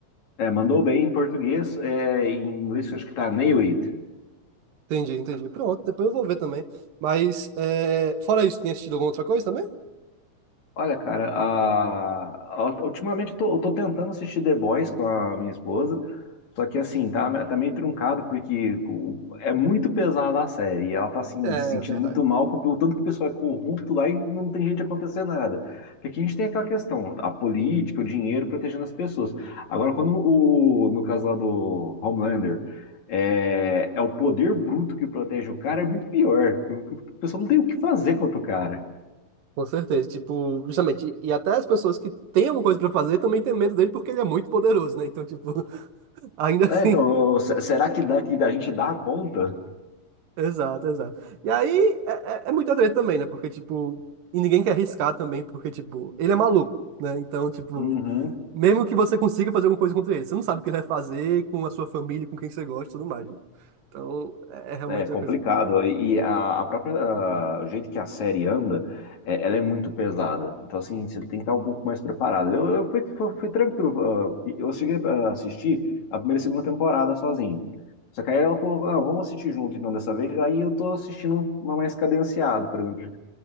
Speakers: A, on the left; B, on the right.
A: É, mandou bem em português, é, em inglês eu acho que tá nail it.
B: Entendi, entendi. Pronto, depois eu vou ver também. Mas, é, fora isso, tem assistido alguma outra coisa também?
A: Olha, cara, a- a- ultimamente eu tô, eu tô tentando assistir The Boys com a minha esposa, só que assim, tá, tá meio truncado porque o- é muito pesada a série, e ela tá assim,
B: É
A: se sentindo
B: verdade.
A: muito mal com o tanto que o pessoal é corrupto lá e não tem jeito de acontecer nada. Porque aqui a gente tem aquela questão, a política, o dinheiro protegendo as pessoas. Agora, quando o, no caso lá do Homelander, é, é o poder bruto que protege o cara, é muito pior. O o pessoal não tem o que fazer contra o cara.
B: Com certeza, tipo, justamente, e até as pessoas que têm alguma coisa pra fazer também têm medo dele porque ele é muito poderoso, né? Então, tipo, <laughs> ainda assim,
A: É, então, se- será que daqui da gente dá conta?
B: Exato, exato. E aí é, é é muita treta também, né? Porque, tipo, e ninguém quer arriscar também, porque, tipo, ele é maluco, né? Então, tipo,
A: Uhum.
B: mesmo que você consiga fazer alguma coisa contra ele, você não sabe o que ele vai fazer com a sua família, com quem você gosta e tudo mais, né? Então, é, é realmente
A: É complicado.
B: uma coisa
A: E a, a própria a- o jeito que a série anda, é, ela é muito pesada. Então, assim, você tem que estar um pouco mais preparado. Eu, eu fui, fui, fui tranquilo. ah, Eu cheguei a assistir a primeira e segunda temporada sozinho. Só que aí ela falou, ah, vamos assistir junto então dessa vez. Aí eu tô assistindo uma mais cadenciada, por exemplo.